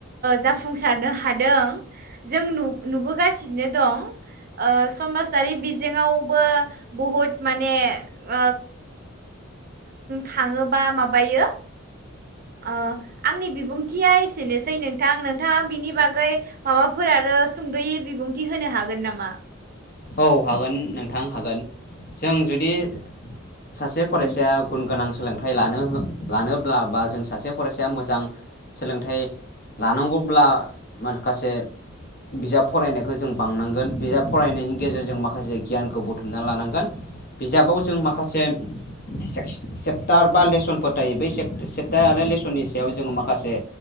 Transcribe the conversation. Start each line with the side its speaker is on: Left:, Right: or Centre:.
Right: जाफुंसारनो हादों जों नुबो खालामगासिनो दं ओ समाजारि बिजोङावबो बहुद माने ओ थाङोबा माबायो ओ आंनि बिबुंथिया एसेनोसै नोंथां नोंथाङा बिनि बागै माबाफोर आरो सुंदयै बिबुंथि होनो हागोन नामा?
Left: औ हागोन नोंथां हागोन जों जुदि सासे फरायसाया
Right: नों
Left: गुन गोनां सोलोंथाइ लानो लानोब्ला बा जों सासे फरायसाया मोजां सोलोंथाइ लानांगौब्ला माखासे बिजाब फरायनायखौ जों बांनांगोन बिजाब फरायनाय गेजेरजों माखासे गियानखौ बुथुमना लानांगोन बिजाबाव जों माखासे सेप्टार बा लेसनफोर थायो बै सेप्टार आरो लेसननि सायाव जोङो माखासे